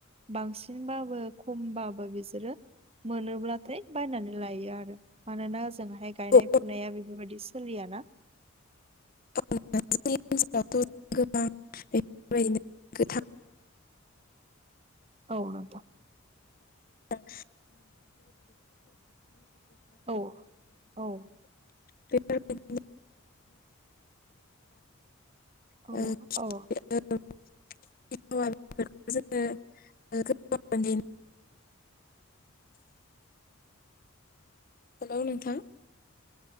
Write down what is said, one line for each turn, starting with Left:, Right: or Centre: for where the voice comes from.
Right: बांसिनबाबो खमबाबो बिसोरो मोनोब्लाथाय बायनानै लायो आरो। मानोना जोंहाय
Left: नोंगौ
Right: गायनाय फुनाया बेफोरबायदि सोलियाना।
Left: <unintelligible>
Right: औ नंगौ
Left: <unintelligible>
Right: औ औ
Left: बे <unintelligible> ओ
Right: औ औ
Left: <unintelligible> <unintelligible> फोरखौ जोङो <unintelligible> हेलौ नोंथां